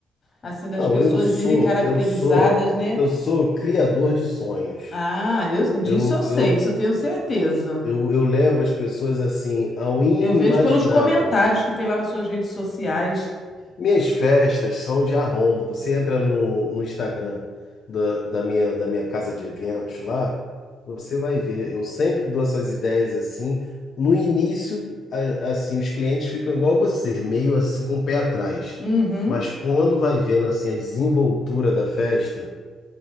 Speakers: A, on the left; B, on the left.
A: Assim, das
B: Não,
A: pessoas
B: eu sou,
A: irem caracterizadas,
B: eu sou,
A: né?
B: eu sou criador de sonhos.
A: Ah, eu,
B: Eu,
A: disso eu sei,
B: eu,
A: disso eu tenho certeza.
B: Eu, eu levo as pessoas assim ao inimaginável.
A: Eu vejo pelos comentários que tem lá nas suas redes sociais.
B: Minhas festas são de arromba. Você entra no, no Instagram da, da minha, da minha casa de eventos lá, você vai ver. Eu sempre dou essas ideias assim. No início, a- assim, os clientes ficam igual você, meio assim com o pé atrás.
A: Uhum.
B: Mas quando vai vendo assim a desenvoltura da festa,